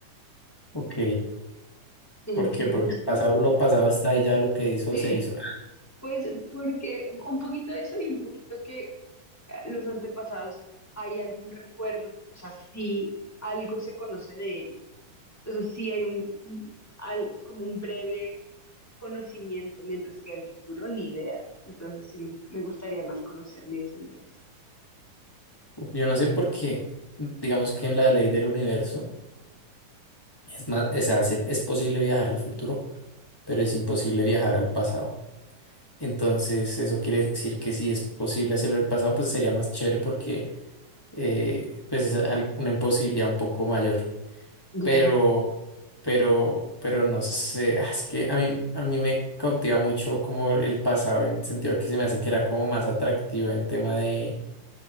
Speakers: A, on the left; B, in the centre.
A: Ok,
B: Sí,
A: ¿por qué?
B: me
A: Porque
B: gustaría.
A: el pasado, lo pasado está ahí, ya lo que hizo
B: <laughs>
A: se hizo.
B: Pues porque un poquito de eso y un poquito que eh, los antepasados, hay algún recuerdo, o sea, sí, algo se conoce de ellos. Entonces sí hay un, al- como un breve conocimiento, mientras que el futuro ni idea. Entonces sí me me gustaría más conocer mi descendencia.
A: Yo no sé por qué, digamos que en la ley del universo es más, es, hace- es posible viajar al futuro, pero es imposible viajar al pasado. Entonces, eso quiere decir que si es posible hacerlo el pasado, pues sería más chévere porque eh, pues es al- una imposibilidad un poco mayor.
B: Ya.
A: Pero, pero, pero no sé, ah, es que a mí, a mí me cautiva mucho como el pasado en el sentido que se me hace que era como más atractivo en tema de,